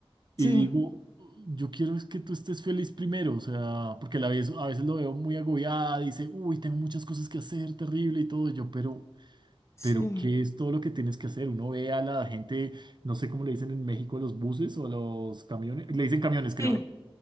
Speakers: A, on the right; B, on the left.
A: Y
B: Sí,
A: digo, yo quiero es que tú estés feliz primero, o sea, porque a la vez, a veces lo veo muy agobiada, dice, uy, tengo muchas cosas que hacer, terrible y todo, y yo, pero,
B: sí,
A: pero, ¿qué es todo lo que tienes que hacer? Uno ve a la gente, no sé cómo le dicen en México a los buses o a los camiones, le dicen camiones, creo,
B: sí,
A: ¿no?